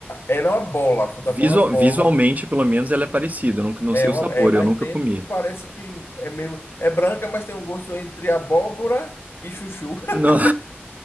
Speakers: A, on the left; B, on the right.
A: Era uma bola, fruta-pão
B: Visual-
A: é uma bola,
B: visualmente, pelo menos, ela é parecida. Eu não, não
A: é
B: sei o
A: uma,
B: sabor,
A: é, mas
B: eu nunca
A: dentro
B: comi.
A: parece que é meio, é branca, mas tem um gosto entre abóbora e chuchu. <laughs>
B: Não,